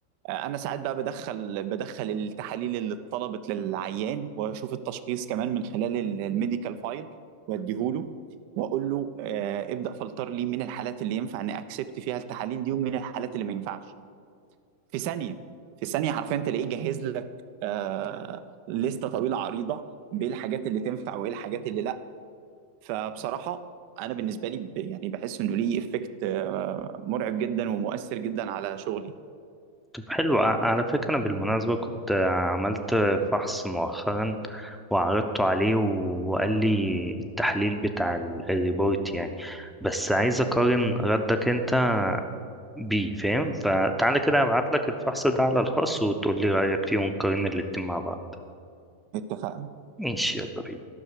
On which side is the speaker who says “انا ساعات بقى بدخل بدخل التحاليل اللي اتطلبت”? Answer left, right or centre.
Right